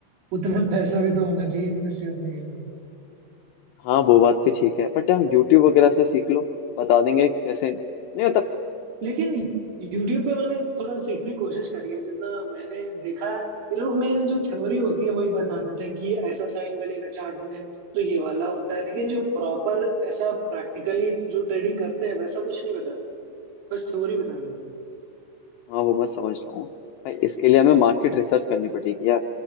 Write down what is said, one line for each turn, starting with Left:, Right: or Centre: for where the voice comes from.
Right: उतना पैसा भी तो होना चाहिए इन्वेस्ट करने के लिए
Left: हाँ वो बात भी ठीक है बट यहाँ यूट्यूब वगैरह से सीख लो बता देंगे कैसे नहीं मतलब
Right: लेकिन यूट्यूब पे मैंने थोड़ा सीखने की कोशिश करी है जितना मैंने देखा है ये लोग मेन जो थ्योरी होती है वही बता देते हैं कि ऐसा साइन बनेगा चार्ट में तो ये वाला होता है लेकिन जो प्रॉपर ऐसा प्रैक्टिकली जो ट्रेडिंग करते हैं वैसा कुछ नहीं बताते हैं बस थ्योरी बता देते हैं
Left: हाँ वो मैं समझ रहा हूँ भाई इसके लिए हमें मार्केट रिसर्च करनी पड़ेगी यार